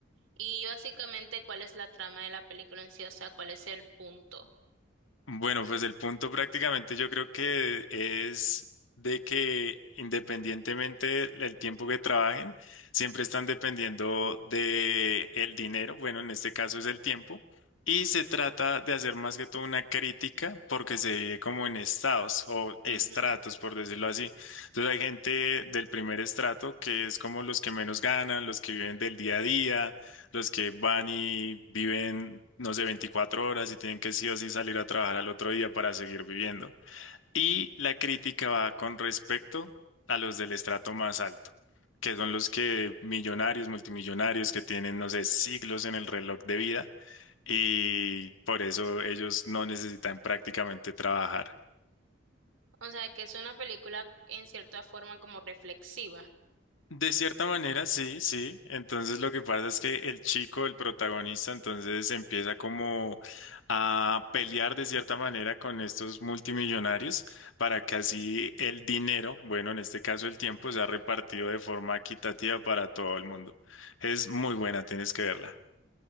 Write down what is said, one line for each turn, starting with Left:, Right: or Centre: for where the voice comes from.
Right: Y básicamente, ¿cuál es la trama de la película en sí? O sea, ¿cuál es el punto?
Left: Bueno, pues el punto prácticamente yo creo que es de que independientemente del tiempo que trabajen, siempre están dependiendo de el dinero, bueno, en este caso es el tiempo, y se trata de hacer más que todo una crítica porque se vive como en estados o estratos,
Right: Ujú.
Left: por decirlo así. Entonces hay gente del primer estrato que es como los que menos ganan, los que viven del día a día los que van y viven, no sé, 24 horas y tienen que sí o sí salir a trabajar al otro día para seguir viviendo. Y la crítica va con respecto a los del estrato más alto, que son los que millonarios, multimillonarios, que tienen, no sé, siglos en el reloj de vida y por eso ellos no necesitan prácticamente trabajar.
Right: O sea, que es una película en cierta forma como reflexiva.
Left: De cierta manera, sí, sí. Entonces lo que pasa es que el chico, el protagonista, entonces empieza como a pelear de cierta manera con estos multimillonarios para que así el dinero, bueno, en este caso el tiempo, sea repartido de forma equitativa para todo el mundo. Es muy buena, tienes que verla.